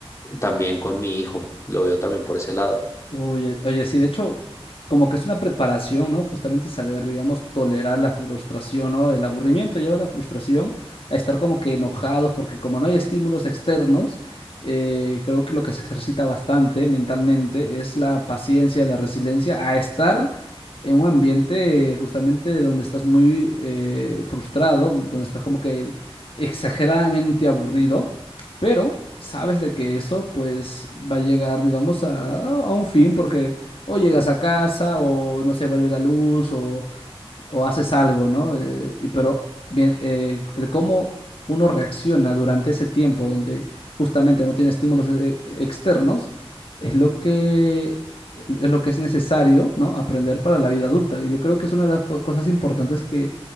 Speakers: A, on the left; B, on the left.
A: también con mi hijo. Lo veo también por ese lado.
B: Oye, oye, sí, de hecho, como que es una preparación, ¿no? Justamente saber, digamos, tolerar la frustración, ¿no? El aburrimiento lleva a la frustración, a estar como que enojados, porque como no hay estímulos externos, eh, creo que lo que se ejercita bastante mentalmente es la paciencia, la resiliencia, a estar en un ambiente eh, justamente donde estás muy eh, frustrado, donde estás como que exageradamente aburrido. Pero sabes de que eso pues va a llegar, digamos, a, a un fin porque o llegas a casa o no se vuelve la luz o o haces algo, ¿no? Eh, y pero bien, eh, el cómo uno reacciona durante ese tiempo donde justamente no tiene estímulos eh, externos es lo que es lo que es necesario, ¿no? Aprender para la vida adulta. Y yo creo que es una de las po- cosas importantes que